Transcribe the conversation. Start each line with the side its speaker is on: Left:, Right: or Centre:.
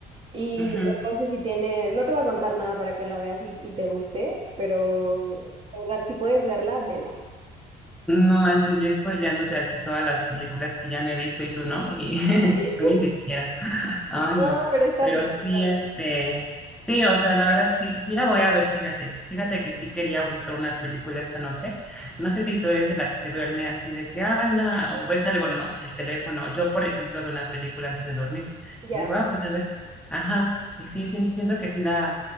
Right: Y
Centre: Ujú.
Right: entonces si tienes, no te voy a contar nada para que la veas y, y te guste, pero en verdad, si puedes verla, vela.
Centre: No manches, yo spoileándote aquí todas las películas que ya me he visto y tú no, y <laughs>
Right: <laughs>
Centre: tú ni siquiera. Ay,
Right: No,
Centre: no,
Right: pero está
Centre: pero
Right: bien,
Centre: sí,
Right: está bien.
Centre: este, sí, o sea, la verdad sí, sí la voy a ver, fíjate, fíjate que sí quería buscar una película esta noche. No sé
Right: Sí,
Centre: si tú eres de las que duerme así de que, ay, no, o ves algo, ¿no? El teléfono. Yo, por ejemplo, veo una película antes de dormir.
Right: ya.
Centre: Digo, ah, pues a ver, ajá, y sí, sí, siento que sí la,